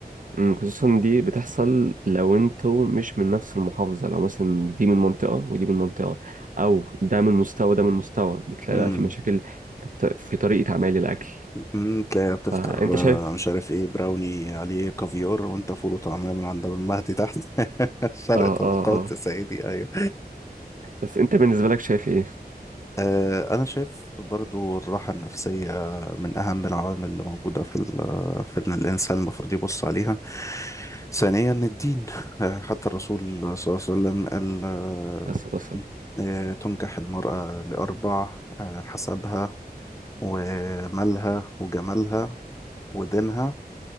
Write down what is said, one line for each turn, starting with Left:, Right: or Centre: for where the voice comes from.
Right: أمم، خصوصا دي بتحصل لو انتوا مش من نفس المحافظة لو مثلا دي من منطقة ودي من منطقة أو ده من مستوى وده من مستوى بتلاقي
Left: امم
Right: بقى في مشاكل في الط- في طريقة عمايل الأكل
Left: امم تلاقيها بتفطر
Right: فأنت شايف
Left: آه، مش عارف ايه براوني عليه كافيار وانت فول وطعميه من عند المهدي تحت <laughs> فرق
Right: اه
Left: طبقات
Right: اه اه
Left: يا سيدي ايوه
Right: بس أنت بالنسبة لك شايف إيه
Left: آه، أنا شايف برضو الراحة النفسية من أهم العوامل اللي موجودة في ال- في إن الإنسان المفروض يبص عليها ثانيا الدين آه، حتى الرسول صلى الله عليه وسلم قال آه،
Right: بس تصل
Left: آه، تنكح المرأة لأربع آه، حسبها ومالها وجمالها ودينها